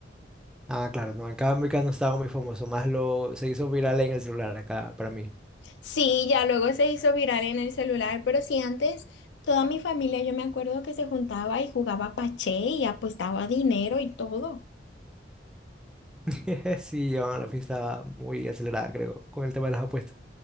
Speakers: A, in the centre; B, on the left.
A: Ah, claro, no, acá en cambio acá no estaba muy famoso, más lo se hizo viral en el celular acá para mí.
B: Sí, ya luego se hizo viral en el celular, pero sí, antes toda mi familia, yo me acuerdo que se juntaba y jugaba paché y apostaba dinero y todo.
A: <laughs> Sí, llevaban la fiesta muy acelerada, creo, con el tema de las apuestas.